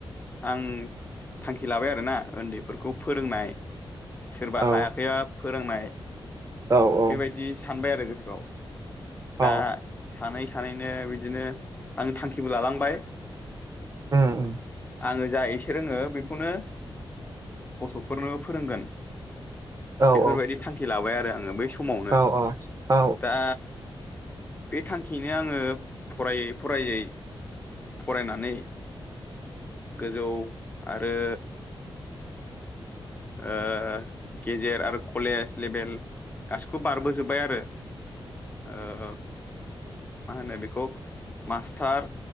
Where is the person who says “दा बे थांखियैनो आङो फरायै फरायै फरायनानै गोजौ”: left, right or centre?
Left